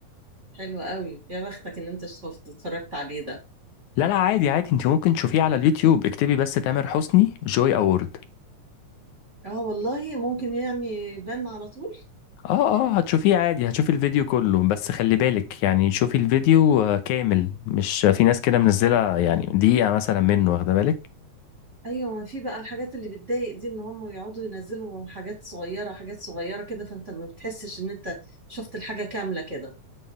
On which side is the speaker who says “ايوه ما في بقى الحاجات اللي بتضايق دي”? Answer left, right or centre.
Right